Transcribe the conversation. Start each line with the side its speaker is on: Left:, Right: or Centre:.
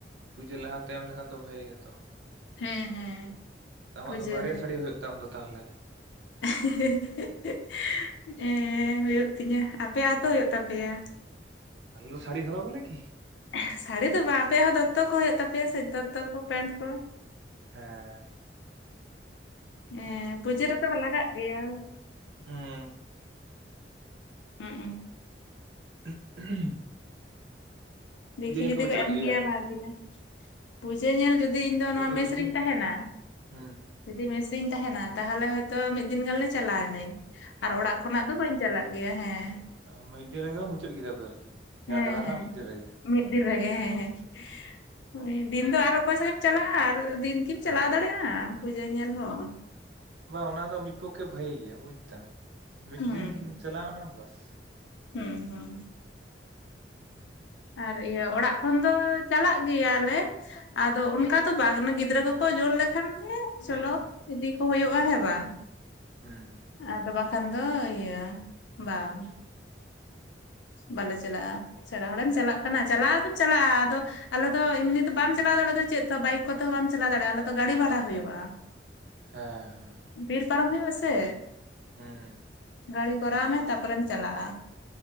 Right: ᱯᱩᱡᱟᱹ ᱞᱟᱦᱟᱛᱮ ᱮᱢ ᱞᱮᱠᱷᱟᱱ ᱫᱚ ᱵᱷᱟᱹᱜᱮ ᱜᱮᱭᱟᱛᱚᱼᱼ
Left: ᱦᱮᱸ ᱦᱮᱸ
Right: ᱟᱢᱟᱜ
Left: ᱯᱩᱡᱟᱹ
Right: ᱫᱚ ᱵᱟᱨᱭᱟ
Left: ᱨᱮ
Right: ᱥᱟᱹᱲᱤ ᱦᱩᱭᱩᱜ ᱛᱟᱢ ᱫᱚ ᱛᱟᱦᱚᱞᱮᱼᱼ
Left: <inaudible> ᱦᱮᱸ ᱦᱩᱭᱩᱜ ᱛᱤᱧᱟᱹ ᱟᱯᱮᱭᱟᱜᱛᱳ ᱦᱩᱭᱩᱜ ᱛᱟᱯᱮᱭᱟ᱾
Right: ᱟ ᱥᱟᱲᱤ ᱦᱚᱨᱚᱜᱣᱟᱞᱮ ᱠᱤ
Left: ᱮᱦ ᱥᱟᱹᱲᱤ ᱫᱚ ᱵᱟᱝ ᱟᱯᱮᱭᱟᱜ ᱦᱚᱸ ᱫᱚᱛᱚ ᱠᱚ ᱦᱩᱭᱩᱜ ᱛᱟᱯᱮᱭᱟ ᱥᱮ ᱫᱚᱛᱚ ᱠᱚ ᱯᱮᱱᱴ ᱠᱚ?
Right: ᱦᱮᱸᱻ
Left: ᱮᱸ ᱯᱩᱡᱟᱹ ᱨᱮᱫᱚ ᱠᱚ ᱞᱟᱜᱟᱜ ᱜᱮᱭᱟ᱾
Right: ᱦᱮᱸ,
Left: ᱦᱩᱸᱜ ᱩᱸ,
Right: <unintelligible>
Left: ᱫᱮᱠᱷᱤ
Right: ᱯᱩᱡᱟᱹ ᱧᱮᱞ
Left: ᱡᱩᱫᱤ
Right: ᱠᱚᱯᱮ
Left: ᱠᱚ
Right: ᱪᱟᱞᱟᱜ
Left: ᱮᱢ
Right: ᱜᱮᱭᱟ
Left: ᱠᱮᱭᱟ ᱵᱷᱟᱜᱮ ᱜᱟ᱾ ᱯᱩᱡᱟᱹ ᱧᱮᱞ ᱡᱩᱫᱤ ᱤᱧ ᱫᱚ ᱱᱚᱣᱟ
Right: ᱫᱩᱨᱜᱟᱹ
Left: ᱢᱮᱥ
Right: ᱯᱩᱡᱟᱹ
Left: ᱨᱤᱧ ᱛᱟᱦᱮᱸᱱᱟ
Right: ᱦᱩᱸ
Left: ᱡᱩᱫᱤ ᱢᱮᱥ ᱨᱤᱧ ᱛᱟᱦᱮᱸᱱᱟ ᱛᱟᱦᱚᱞᱮ ᱦᱚᱭᱛᱚ ᱢᱤᱫ ᱫᱤᱱ ᱜᱟᱱ ᱞᱮ ᱪᱟᱞᱟᱣ ᱮᱱᱟᱹᱧ᱾ ᱟᱨ ᱚᱲᱟᱜ ᱠᱷᱚᱱᱟᱜ ᱫᱚ ᱵᱟᱹᱧ ᱪᱟᱞᱟᱜ ᱜᱮᱭᱟ ᱦᱮᱸ᱾
Right: ᱚᱦᱚ ᱢᱤᱫ ᱫᱤᱱ ᱨᱮᱜᱮ ᱢᱩᱪᱟᱹᱫ ᱠᱮᱫᱟ ᱯᱮ ᱟᱨᱠᱤ᱾ ᱡᱟᱦᱟᱸ
Left: ᱦᱮᱸ
Right: ᱫᱟᱬᱟᱱᱟ
Left: ᱦᱮᱸ,
Right: ᱢᱤᱫ ᱫᱤᱱ ᱨᱮᱜᱮ
Left: ᱢᱤᱫ- ᱫᱤᱱ ᱨᱮᱜᱮ ᱦᱮᱸ ᱦᱮᱸ, ᱦᱳᱭ ᱫᱤᱱ ᱫᱚ ᱟᱨ ᱚᱠᱚᱭ ᱥᱟᱝ ᱮᱢ ᱪᱟᱞᱟᱜᱼᱟ ᱟᱨ ᱫᱤᱱ ᱠᱤᱢ
Right: ᱦᱮᱸ
Left: ᱪᱟᱞᱟᱣ ᱫᱟᱲᱮᱜᱼᱟ ᱯᱩᱡᱟᱹ ᱧᱮᱞ ᱦᱚᱸ?
Right: ᱵᱟᱝᱼᱟ, ᱚᱱᱟ ᱫᱚ ᱢᱤᱫ ᱯᱚᱠᱠᱷᱮ ᱵᱷᱟᱹᱜᱤ ᱜᱮᱭᱟ ᱵᱩᱡ ᱫᱟᱢ, ᱢᱤᱫ
Left: ᱦᱩᱸ
Right: ᱫᱤᱱ ᱤᱱ ᱪᱟᱞᱟᱣᱮᱱᱟᱢ ᱵᱟᱥ᱾
Left: ᱦᱩᱸ ᱦᱩᱸ,
Right: ᱦᱩᱸ
Left: ᱟᱨ ᱤᱭᱟᱹ ᱚᱲᱟᱜ ᱠᱷᱚᱱ ᱫᱚᱻ ᱪᱟᱞᱟᱜ ᱜᱮᱭᱟᱞᱮ, ᱟᱫᱚ ᱚᱱᱠᱟ ᱫᱚ ᱵᱟᱝ, ᱚᱱᱟ ᱜᱤᱫᱽᱨᱟᱹ ᱠᱚᱠᱚ ᱡᱳᱨ ᱞᱮᱠᱷᱟᱱ ᱜᱮ ᱪᱚᱞᱚ,
Right: ᱦᱩᱸ ᱦᱩᱸ
Left: ᱤᱫᱤ ᱠᱚ ᱦᱩᱭᱩᱜᱼᱟ ᱦᱮᱸ ᱵᱟᱝ?
Right: ᱦᱮᱸ
Left: ᱟᱫᱚ ᱵᱟᱠᱷᱟᱱ ᱫᱚ ᱤᱭᱟᱹ, ᱵᱟᱝ ᱵᱟᱞᱮ ᱪᱟᱞᱟᱜᱼᱟ, ᱥᱮᱬᱟ ᱦᱚᱲᱮᱢ ᱪᱟᱞᱟᱜ ᱠᱟᱱᱟ ᱪᱟᱞᱟᱣ ᱫᱚᱢ ᱪᱟᱞᱟᱜᱼᱟ ᱟᱫᱚ ᱟᱞᱮ ᱫᱚ ᱮᱢᱱᱤ ᱫᱚ ᱵᱟᱢ ᱪᱟᱞᱟᱣ ᱫᱟᱲᱮᱜᱼᱟ ᱪᱮᱫ ᱛᱮ ᱦᱚ, ᱵᱟᱭᱤᱠ ᱠᱚᱛᱮ ᱦᱚᱸ ᱵᱟᱢ ᱪᱟᱞᱟᱣ ᱫᱟᱲᱮᱭᱟᱜᱼᱟ ᱟᱞᱮ ᱫᱚ ᱜᱟᱹᱰᱤ ᱵᱷᱟᱲᱟ ᱦᱩᱭᱩᱜᱼᱟ᱾
Right: ᱦᱮᱸ ᱦᱮᱸ,
Left: ᱵᱤᱨ ᱯᱟᱨᱚᱢ ᱦᱩᱭᱩᱜᱼᱟ ᱥᱮ,
Right: ᱦᱩᱸ
Left: ᱜᱟᱹᱲᱤ ᱠᱚᱨᱟᱣ ᱢᱮ ᱛᱟᱯᱚᱨᱮᱢ ᱪᱟᱞᱟᱜᱼᱟ᱾